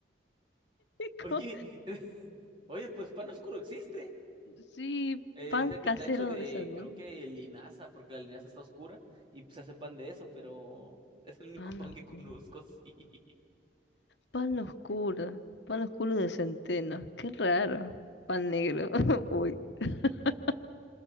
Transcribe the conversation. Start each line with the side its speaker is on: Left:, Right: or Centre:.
Left: co-
Right: oye, <laughs> oye, pues pan oscuro existe.
Left: Sí,
Right: Eh,
Left: pan
Right: es el
Left: casero
Right: que está hecho de,
Left: de Salvador.
Right: creo que linaza, porque la linaza está oscura y pues, se hace pan de eso, pero <laughs> es el único
Left: Pan
Right: pan
Left: oscuro.
Right: que conozco, sí. <laughs>
Left: Pan oscuro. Pan oscuro de centeno. Qué raro. Pan negro. <laughs> Uy. <laughs>